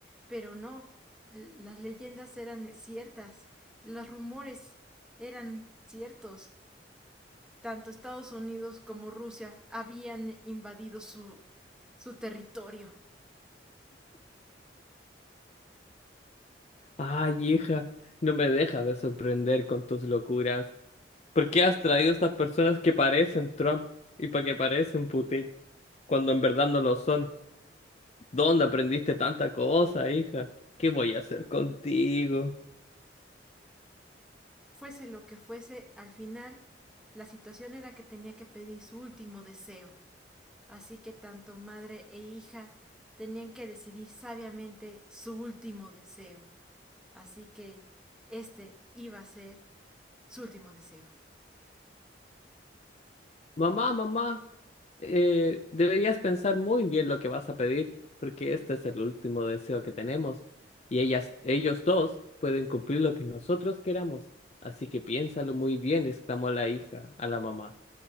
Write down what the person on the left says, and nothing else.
Ay, hija, no me dejas de sorprender con tus locuras. ¿Por qué has traído estas personas que parecen Trump y para que parecen Putin cuando en verdad no lo son? ¿Dónde aprendiste tanta cosa, hija? ¿Qué voy a hacer contigo?
Mamá, mamá, eh, deberías pensar muy bien lo que vas a pedir, porque este es el último deseo que tenemos y ellas, ellos dos pueden cumplir lo que nosotros queramos. Así que piénsalo muy bien, exclamó la hija a la mamá.